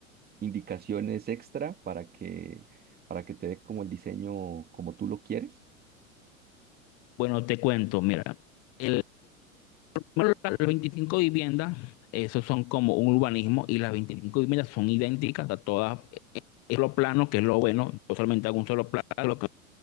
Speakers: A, on the right; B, on the left.
A: indicaciones extra para que, para que te dé como el diseño como tú lo quieres.
B: Bueno, te cuento, mira, el, primero, las 25 viviendas, esos son como un urbanismo y las 25 viviendas son idénticas a todas, eh, es lo plano, que es lo bueno, yo solamente hago un solo plano. lo que-